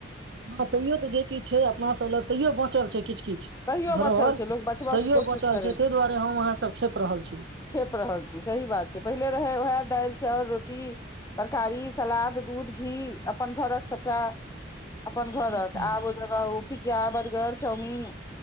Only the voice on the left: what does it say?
तैयो
बचल छै लोक बचबय
के कोशिश
करै
खेप रहल छी सही बात छै पहिले रहै उएह दालि चाउर रोटी तरकारी सलाद दूध घी अपन घरक सभटा अपन
घरक आब ओ जह ओ pizza burger chowmein